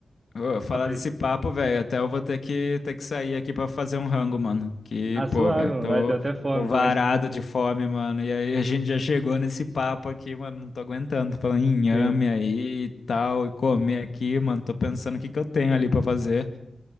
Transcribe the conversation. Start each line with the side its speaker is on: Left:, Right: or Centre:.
Left: Ô, Falar
Right: Fala aí.
Left: desse papo, velho, até eu vou ter que, ter que sair aqui pra fazer um rango, mano. Que,
Right: Ah,
Left: pô,
Right: suave,
Left: velho,
Right: mano.
Left: tô,
Right: Ai, Deu até fome
Left: tô varado
Right: também. <laughs>
Left: de fome, mano. E aí a gente já chegou nesse papo aqui, mano, não tô aguentando. Tô falando em inhame
Right: Sim.
Left: aí e tal, e comer aqui, mano. Tô pensando o que que eu tenho ali pra fazer.